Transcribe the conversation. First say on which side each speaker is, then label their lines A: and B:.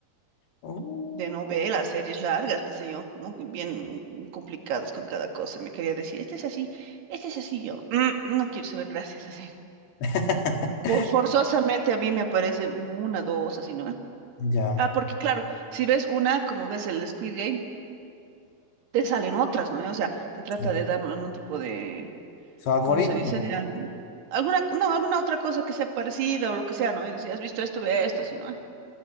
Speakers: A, on the left; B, on the right.
A: Uh,
B: de novelas, series largas, qué sé yo, ¿no? Bien complicadas con cada cosa, me quería decir, este es así, este es así, yo, "Mm, no quiero saber, gracias, así.
A: <laughs>
B: Por, forzosamente a mí me aparecen una, dos, así, ¿no?
A: Ya,
B: Ah, porque
A: pues,
B: claro, si ves una, como ves el Squid Game, te salen otras, ¿no? O sea, te trata
A: sí.
B: de dar algún tipo de
A: Su algoritmo,
B: ¿cómo se dice?
A: ¿no?
B: De algo, alguna, no, alguna otra cosa que sea parecida o lo que sea, ¿no? Y decía, has visto esto, ve esto, así, ¿no?